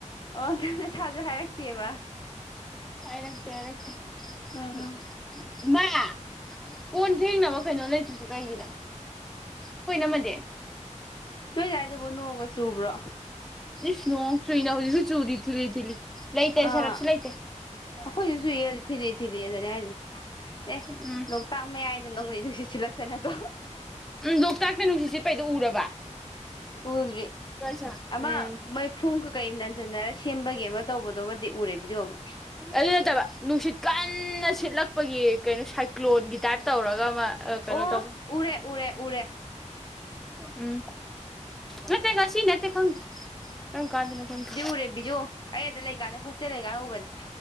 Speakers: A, on the left; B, in the centre.
A: ꯑꯣ ꯈꯪ ꯁꯥꯔꯁꯨ ꯍꯥꯏꯔꯛꯇꯦꯕ
B: ꯍꯥꯏꯔꯛꯇꯦ ꯍꯥꯏꯔꯛꯇꯦ
A: ꯑꯥ
B: ꯎ
A: ꯑꯥ
B: ꯃꯥ ꯀꯣꯟ ꯐꯦꯡꯅꯕ ꯀꯩꯅꯣ ꯂꯩꯇ꯭ꯔꯤꯁꯨ ꯀꯩꯒꯤꯅꯣ ꯈꯣꯏ ꯏꯅꯝꯃꯗꯤ
A: ꯅꯣꯏꯗꯥꯏꯗꯕꯨ ꯅꯣꯡꯉꯒꯥ ꯆꯨꯕ꯭ꯔꯣ
B: ꯏꯁ ꯅꯣꯡ ꯆꯨꯏꯅ ꯍꯧꯖꯤꯛꯁꯨ ꯆꯨꯔꯤ ꯊꯤꯠꯂꯤ ꯊꯤꯠꯂꯤ ꯂꯩꯇꯦ
A: ꯑꯥ
B: ꯁꯔꯞꯁꯨ ꯂꯩꯇꯦ
A: ꯑꯈꯣꯏꯁꯨ ꯆꯨꯏꯌꯦ
B: ꯎꯝ
A: ꯊꯤꯜꯂꯤ ꯊꯤꯜꯂꯤꯑ ꯑꯗꯨꯅ ꯍꯥꯏꯁꯦ ꯑꯦ
B: ꯎꯝ ꯎꯝ
A: ꯂꯣꯛꯇꯥꯛ ꯃꯌꯥꯏꯗ ꯅꯣꯡꯂꯩ ꯅꯨꯡꯁꯤꯠ ꯁꯤꯜꯂꯛꯇꯅꯀꯣ
B: ꯂꯣꯛꯇꯥꯛꯇ ꯅꯨꯡꯁꯤꯠ ꯁꯤꯠꯄꯩꯗꯣ ꯎꯔꯕ
A: ꯎꯗ꯭ꯔꯤ
B: ꯎꯝ
A: ꯑꯃ ꯃꯩ ꯐꯨꯝ ꯀꯀꯩ ꯅꯟꯖꯟꯅꯔ ꯁꯦꯝꯕꯒꯤ ꯑꯃ ꯇꯧꯕꯗꯣꯃꯗꯤ ꯎꯔꯦ ꯕꯤꯗꯤꯌꯣ ꯑꯃ
B: ꯑꯗꯨ ꯅꯠꯇꯕ ꯅꯨꯡꯁꯤꯠ ꯀꯟꯅ ꯁꯤꯠꯂꯛꯄꯒꯤ ꯀꯩꯅꯣ ꯁꯥꯏꯀ꯭ꯂꯣꯟꯒꯤ ꯇꯥꯏꯞ ꯇꯧꯔꯒ ꯑꯃ ꯀꯩꯅꯣ
A: ꯑꯣ
B: ꯇꯧꯕ
A: ꯎꯔꯦ ꯎꯔꯦ ꯎꯔꯦ
B: ꯎꯝ ꯅꯠꯇꯦ ꯉꯁꯤ ꯅꯠꯇꯦ ꯈꯪꯗ ꯀꯝꯀꯥꯟꯗꯅꯣ ꯈꯪꯗ
A: <unintelligible> ꯑꯩ ꯑꯗ ꯂꯩꯀꯥꯟꯗ ꯍꯣꯁꯇꯦꯜ ꯂꯩꯀꯥꯟꯗ ꯎꯕꯅꯦ